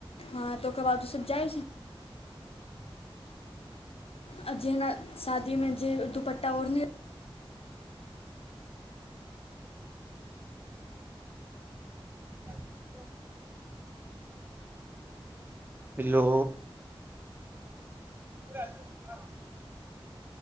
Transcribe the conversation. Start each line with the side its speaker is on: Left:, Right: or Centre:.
Left: हँ तऽ ओकर बाद ओसभ जाइ छैय। आ जेहना शादीमे जे दुपट्टा ओढ़ने
Right: <unintelligible> हेलो। <unintelligible>